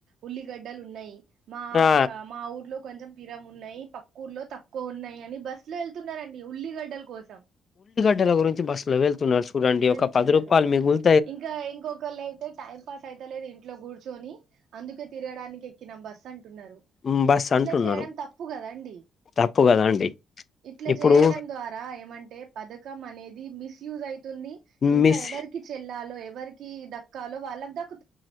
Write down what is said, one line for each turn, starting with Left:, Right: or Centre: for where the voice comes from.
Right: ఉల్లిగడ్డలు ఉన్నాయి మా
Left: ఆ
Right: మా ఊర్లో కొంచెం పిరం ఉన్నాయి పక్క ఊర్లో తక్కువ ఉన్నాయి అని బస్సు లో వెళ్తున్న రండి ఉల్లిగడ్డల కోసం
Left: ఉల్లిపాయల గురించి బస్సు లో వెళ్త చూడండి
Right: వెళ్తున్నారు
Left: ఒక పది రూపాయలు మీగులు
Right: ఇంకా ఇంకొకళ్ళు అయితే టైం పాస్ అయితే లేదు ఇంట్లో కూర్చొని అందుకే తిరగడానికి ఎక్కినం బస్ అం టున్నారు
Left: ఉమ్, బస్
Right: ఇట్లా
Left: అంటున్నారు
Right: చేయడం తప్పు కదా అండి
Left: తప్పు కదా అండి
Right: ఇట్లా
Left: ఇప్పుడు
Right: చేయడం ద్వారా ఏమంటే పథకం అనేది మిస్యూజ్ అయితుంది ఇంకా
Left: మిస్
Right: ఎవరికి చెల్లాలో ఎవరికి ద కాలవ వాలాను తాకు